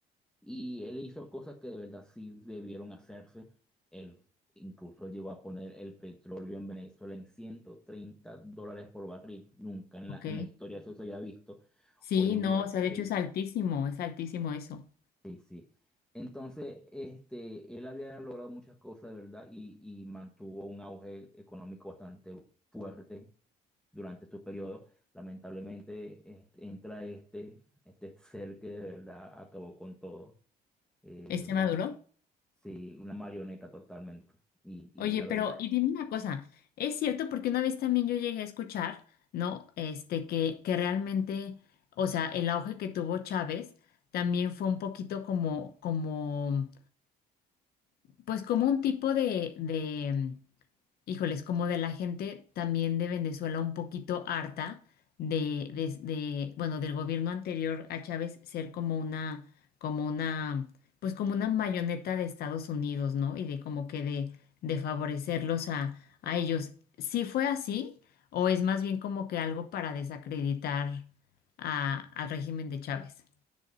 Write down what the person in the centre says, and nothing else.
y él hizo cosas que de verdad sí debieron hacerse. Él incluso llegó a poner el petróleo en Venezuela en 130 dólares por barril. Nunca en
la, en la historia eso se había visto.
Hoy en
día
el,
Sí, sí. Entonces, este, él había logrado muchas cosas, de ¿verdad? Y, y mantuvo un auge económico bastante fuerte durante su periodo. Lamentablemente, este, entra este, este ser que de verdad acabó con todo. Eh,
una,
sí, una marioneta totalmente. Y, y
la
verdad.